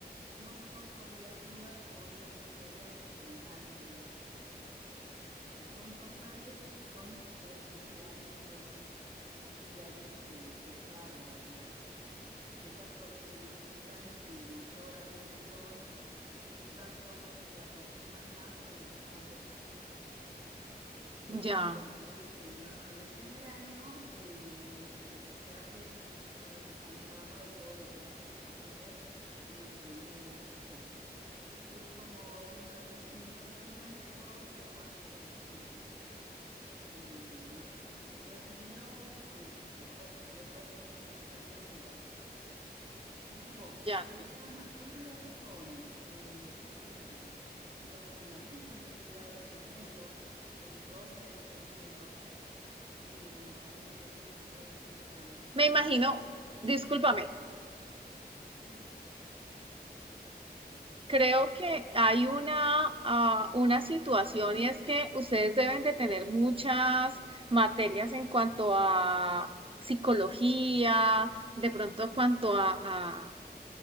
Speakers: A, on the right; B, on the right.
A: no son correlativas con las materias troncales de la carrera. Las que son troncales son presenciales sí o sí y hay que eh, cursarlas, digamos. Esas porque necesitan eh, mayor atención y quizás son las que te aproximan más al campo práctico.
B: Ya,
A: porque en el, en el primer año eh, lo que se hace es dar un panorama de todo lo que vas a aprender en el segundo y en el tercero. Es como una re, un resumen de todo, pero más este, eh, resumido de los, do, los dos siguientes años que vas a conocer. Te digo, las
B: ya.
A: primeras materias son eh, justamente los fundamentos del cuidado enfermero, el rol del enfermero, eh, también tenés después psicología,
B: Me imagino,
A: esa,
B: discúlpame,
A: esa- sí,
B: creo que hay una, ah, una situación y es que ustedes deben de tener muchas materias en cuanto a psicología, de pronto en cuanto a, a,